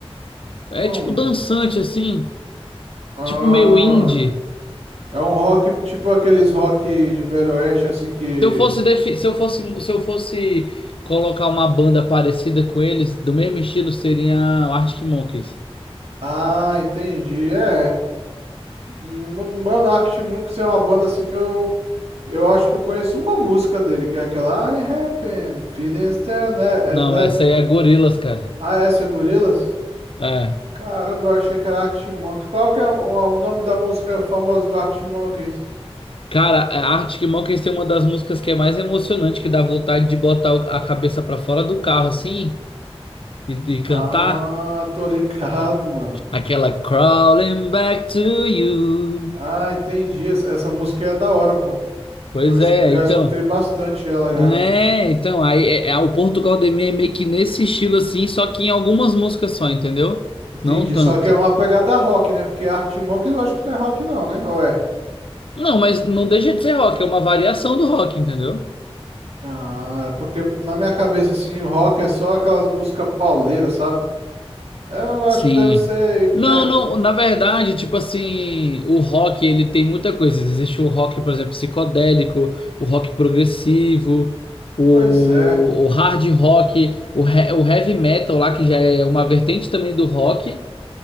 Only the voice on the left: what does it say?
É
tipo dançante, assim,
tipo meio indie.
Se eu fosse, defi- se eu fosse, se eu fosse colocar uma banda parecida com eles, do mesmo estilo, seria Arctic Monkeys.
Não,
essa aí é Gorillaz, cara.
É.
Cara, a Arctic Monkeys tem uma das músicas que é mais emocionante, que dá vontade de botar o- a cabeça pra fora do carro, assim, e, e
cantar.
Aquela Crawling Back to You.
Pois
é,
então.
Né? Então, aí é, é- o Portugal de Mim é meio que nesse estilo assim, só que em algumas músicas só, entendeu?
Não tanto.
Não, mas não deixa de ser rock, é uma variação do rock, entendeu?
Sim.
Não,
não, na verdade, tipo assim, o rock, ele tem muita coisa. Existe o rock, por exemplo, psicodélico, o rock progressivo, o,
o hard rock, o, he- o heavy metal lá, que já é uma vertente também do rock,